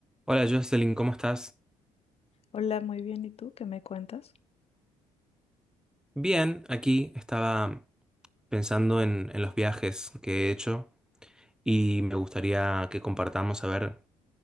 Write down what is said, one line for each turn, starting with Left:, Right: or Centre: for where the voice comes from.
Centre: Hola Jocelyn, ¿cómo estás?
Left: Hola, muy bien. ¿Y tú qué me cuentas?
Centre: Bien, aquí estaba pensando en, en los viajes que he hecho y me gustaría que compartamos a ver